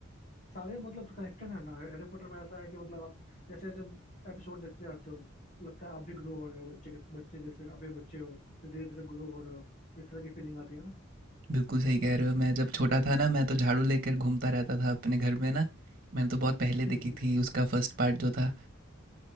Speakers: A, on the left; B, on the right.
A: सारे मतलब कनेक्टेड है ना हैरी पॉटर में ऐसा है कि मतलब आप जैसे जैसे एपिसोड देखते जाते हो तो लगता है आप भी ग्रो हो रहे हो बच्चे के बच्चे जैसे अभी बच्चे हो फिर धीरे धीरे ग्रो हो रहे हो इस तरह की फीलिंग आती है ना
B: बिल्कुल सही कह रहे हो मैं जब छोटा था ना मैं तो झाड़ू लेकर घूमता रहता था अपने घर में ना मैंने तो बहुत पहले
A: <laughs>
B: देखी थी उसका फर्स्ट पार्ट जो था